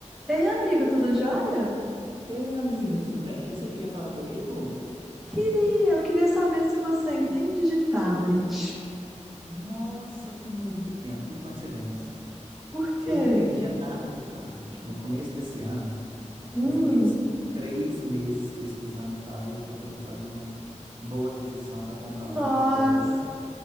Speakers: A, in the centre; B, on the right.
A: Ei, amigo, tudo jóia?
B: Ei, amiga, tudo bem? Você queria falar comigo?
A: Queria, eu queria saber se você entende de tablet.
B: Nossa, que mundo pequeno, que coincidência.
A: Por quê?
B: Eu não entendia nada de tablet. No começo desse ano,
A: Hum,
B: eu fiquei uns três meses pesquisando tablet para poder fazer uma boa aquisição para comprar
A: nós.
B: um para minha esposa.